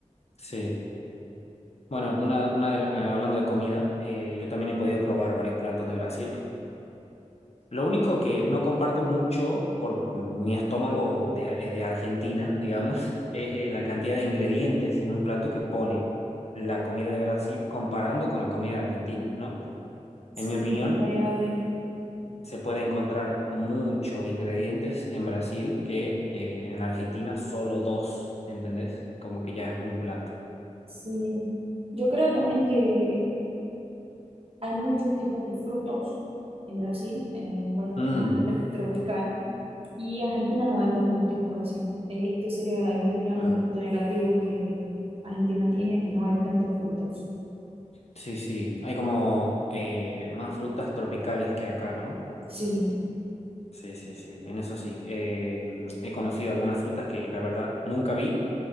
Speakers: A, on the left; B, on the right.
A: Sí. Bueno, una, una de la- ah, hablando de comida, eh, yo también he podido probar varios platos de Brasil. Lo único que no comparto mucho por mi estómago de, eh, de Argentina, digamos, <laughs> es eh, la cantidad de ingredientes en un plato que pone la comida de Brasil comparando con la comida de Argentina, ¿no?
B: Sí,
A: En mi opinión.
B: es muy variable.
A: se puede encontrar muchos ingredientes en Brasil que eh, en Argentina solo dos, ¿entendés? Como que ya es un plato.
B: Sí, yo creo también que hay muchos tipos de frutos en Brasil, eh, un país extremadamente
A: Mm,
B: tropical, y Argentina no hay tantos tipos así. Esto sería, en mi opinión,
A: claro.
B: un punto negativo que Argentina tiene, que no hay tantos frutos.
A: Sí, sí. Hay como eh, más frutas tropicales que acá, ¿no?
B: Sí.
A: Sí, sí, sí. En eso sí. Eh, he conocido algunas frutas que la verdad nunca vi